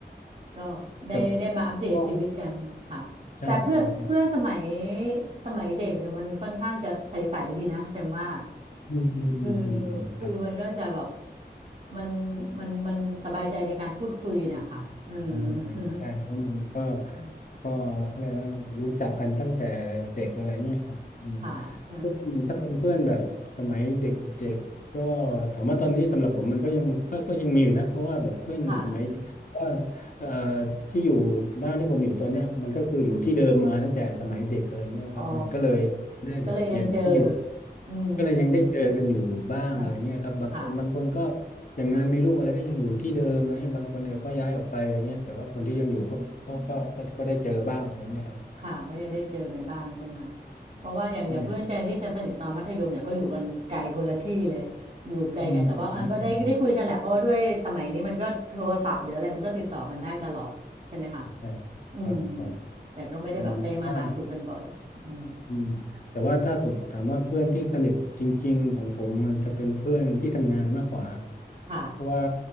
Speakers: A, on the right; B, on the left.
A: ก็ได้ได้มาอัปเดตชีวิตกันค่ะแต่เพื่อนเพื่อนสมัย
B: แต่ว่าก็ใช่ใช่ใช่
A: สมัยเด็กเนี่ยมันค่อนข้างจะใสๆดีนะจังว่า
B: อืมอืมอืมอืมอืมครับ
A: คือคือมันก็จะแบบมันมันมันสบายใจในการพูดคุยนะคะเออ <laughs>
B: อ่าอ่าใช่เพราะมันก็
A: อืม
B: ก็เขาเรียกว่ารู้จักกันตั้งแต่เด็กอะไรเงี้ยครับอืม
A: ค่ะใช่
B: เพื่อนถ้าเป็นเพื่อนแบบสมัยเด็กเด็กก็
A: อืม
B: ถามว่าตอนนี้สำหรับผมมันก็ยังก็ก็ยังมีอยู่นะเพราะว่าแบบเพื่อนสมัย
A: ค่ะ
B: ว่าเอ่อที่อยู่บ้านที่ผมอยู่ตอนเนี้ยมันก็คืออยู่ที่เดิมมาตั้งแต่สมัยเด็กอะไรเงี้ยครับมันก็เลย
A: อ๋อ
B: ได้แบบเปลี่ยนที่อยู่
A: ก็เลยยังเจออืม
B: ก็เลยยังได้เจอกันอยู่บ้างอะไรเงี้ยครับบางคนบางคนก็
A: ค่ะค่ะ
B: อย่างงานมีลูกอะไรก็ยังอยู่ที่เดิมอะไรเงี้ยบางคนเออก็ย้ายออกไปอะไรเงี้ยแต่ว่าคนที่ยังอยู่ก็ก็ก็ก็ก็ได้เจอบ้างอะไรเงี้ยครับ
A: ค่ะก็ยังได้เจอกันบ้างใช่ไหมคะเพราะว่าอย่างอย่างเพื่อนใจที่จะสนิทตอนมัธยมเนี่ยก็อยู่กันไกลคนละที่เลยอยู่ไกลกันแต่ว่าอ่ะก็ได้ได้คุยกันแหละเพราะว่าด้วยสมัยนี้มันก็โทรศัพท์หรืออะไรมันก็ติดต่อกันได้ตลอดใช่ไหมคะ
B: ใช่อืมอืมอืมใช่
A: อืม
B: ครับครับ
A: แต่ก็ไม่ได้แบบไปมาหาสู่กันบ่อยอืม
B: อืม อืมแต่ว่าถ้าสมถามว่าเพื่อนที่สนิทจริงๆของผมมันจะเป็นเพื่อนที่ทำงานมากกว่าครับ
A: ค่ะ
B: เพราะว่า